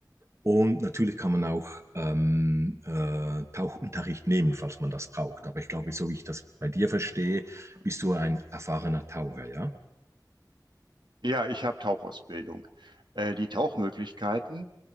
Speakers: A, on the right; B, on the right.
A: Und natürlich kann man auch ähm, äh, Tauchunterricht nehmen, falls man das braucht. Aber ich glaube, so wie ich das bei dir verstehe, bist du ein erfahrener Taucher, ja?
B: Ja, ich habe Tauchausbildung. Äh, die Tauchmöglichkeiten,